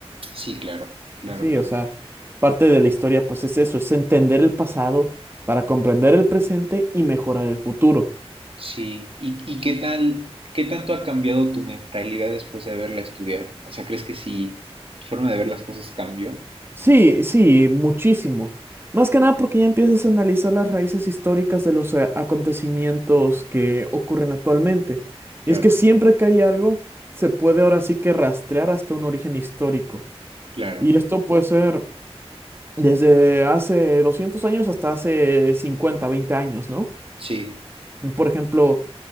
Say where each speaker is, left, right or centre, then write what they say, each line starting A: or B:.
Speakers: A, on the right; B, on the right.
A: Sí, claro, claro,
B: Sí,
A: claro.
B: o sea, parte de la historia pues es eso, es entender el pasado para comprender el presente y mejorar el futuro.
A: Sí. ¿Y, y qué tal, qué tanto ha cambiado tu mentalidad después de haberla estudiado? O sea, ¿crees que sí, tu forma de ver las cosas cambió?
B: Sí, sí, muchísimo. Más que nada porque ya empiezas a analizar las raíces históricas de los a- acontecimientos que ocurren actualmente.
A: Claro,
B: Y es que siempre que hay algo, se puede ahora sí que rastrear hasta un origen histórico.
A: claro.
B: Y esto puede ser desde hace 200 años hasta hace 50, 20 años, ¿no?
A: Sí.
B: Por ejemplo,